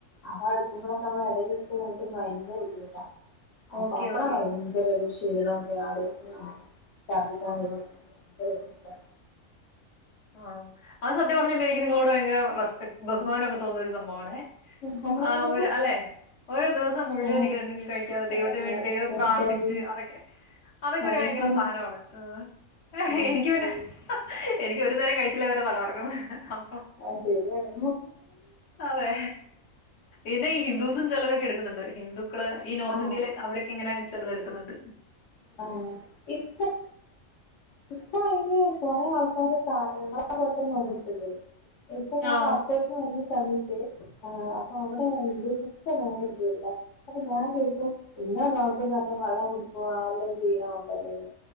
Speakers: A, on the left; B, on the left.
A: അപ്പൊ അത് ഇട്ക്കുമ്പം തന്നെ മ്മള് എടേല് ഇട്ത്ത് വീട്ടും ഭയ്ങ്കര ബുദ്ധിമുട്ടാ അപ്പ
B: ഓക്കെ
A: അപ്പളാ
B: ഓക്കെ
A: ഭയ്ങ്കരാെരു ക്ഷീണും രാവിലെ ഒക്കെ ഛർദിക്കാൻ
B: ആഹാ.
A: വെരും ഭയ്ങ്കര ബുദ്ധിമുട്ടാ
B: ആഹ് അത് സത്യം പറഞ്ഞ്ണ്ടെങ്കി എനിക്ക് നിങ്ങളോട് ഭയ്ങ്കര റെസ്പെക് ബഹുമാനൊക്കെ തോന്നുന്ന ഒരു സംഭവാണേ
A: ഭയങ്കര
B: ആഹ്
A: ബുദ്ധിമുട്ടാ
B: ഒര് അല്ലേ ഒരാ ദ്‌വസം മുഴുവനിങ്ങെനെ
A: ആഹ്
B: എന്തെങ്കിലും കഴിക്കാതെ ദൈവത്തിന്
A: ആഹ്
B: വേണ്ടി ദൈവം
A: എനിക്കത്
B: പ്രാർത്ഥിച്ച് അതൊക്കെ അതൊക്കെ
A: ആഹ്
B: ഒരു ഭയ്ങ്കര സാനമാണ് ഏഹ്
A: ഉം
B: എനിക്ക് പിന്നെ യ്ക്ക് ഒര് നേരം കഴിച്ചില്ലെ തന്നെ തല കറങ്ങും അം
A: ആഹ് ശര്യാണ്
B: അതെ ഇത് ഹിന്ദൂസും ചെലരൊക്കെ എട്ക്ക്ന്ന്ണ്ട് ഹിന്ദുക്കള് ഈ നോർത്ത്
A: ആഹ്
B: ഇന്ത്യയിലൊക്കെ അവര് ക്കിങ്ങെനെ ചെലെതെട്ക്ക്ന്ന്ണ്ട്
A: ആഹ് ഇപ്പം ഇപ്പൊ അയ്ന് കൊറേ ആൾക്കാര് ക ഞങ്ങളെ പോൽതന്നെ നോമ്പ്ട്ക്ക്ണ്ട് ഇപ്പൊ ഞാൻ
B: ആഹ്
A: വ വന്ന സമയത്ത് ആഹ് അപ്പൊ അവ്ടെ ഹിന്ദുസൊക്കെ നോമ്പെട്ത്തീൺട്ടാ അപ്പം ഞാൻ ചോദിക്കും ഇങ്ങളെ നോമ്പ്ന്നർഞ്ഞാ വള്ളം കുടി പ്പൊ ആല്ലാം ചെയ്യണ നോമ്പന്നല്ലെ